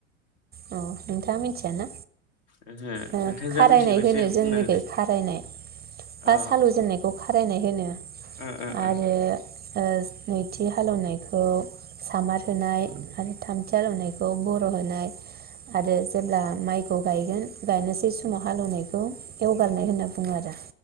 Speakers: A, on the right; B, on the left.
A: अ नोंथाङा मिथियाना
B: ओहो
A: ओ
B: नोंथांजोआ
A: खारायनाय
B: मिथियोबा
A: होनो
B: एसे
A: जोंनिखौ
B: बुंना होदो
A: खारायनाय
B: अ
A: फार्स्ट हालौजेननायखौ खारायनाय होनो
B: ओ ओ
A: आरो
B: ओ
A: ओ नैथि हालौनायखौ सामार होनाय आरो थामथि हालौवनायखौ बर होनाय आरो जेब्ला माइखौ गायगोन गायनोसै समाव हालौनायखौ एवगारनाय होनना बुङो आरो